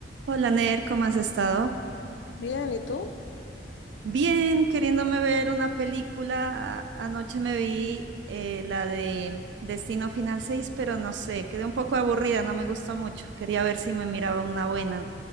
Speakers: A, on the right; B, on the left.
A: Hola Ner, ¿cómo has estado?
B: Bien, ¿y tú?
A: Bien, queriéndome ver una película. A- Anoche me vi eh, la de Destino Final 6, pero no sé, quedé un poco aburrida, no me gustó mucho. Quería ver si me miraba una buena.